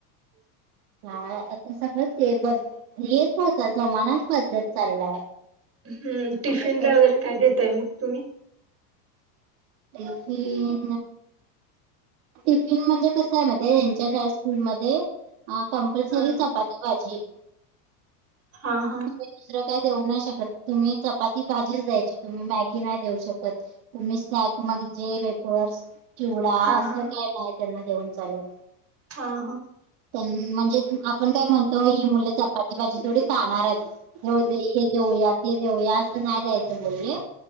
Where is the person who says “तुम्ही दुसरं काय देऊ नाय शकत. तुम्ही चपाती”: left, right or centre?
Right